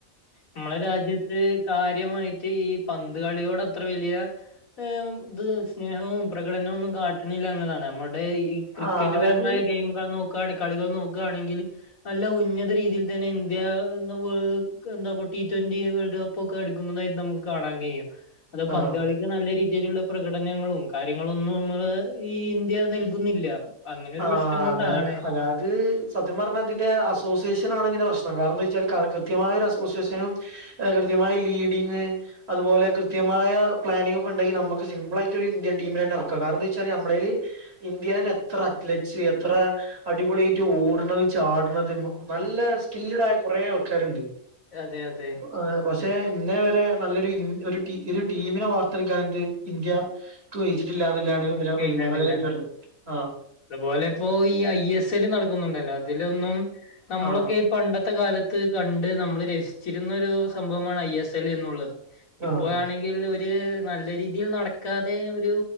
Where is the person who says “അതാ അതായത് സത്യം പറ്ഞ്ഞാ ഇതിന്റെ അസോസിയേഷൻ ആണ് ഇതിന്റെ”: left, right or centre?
Right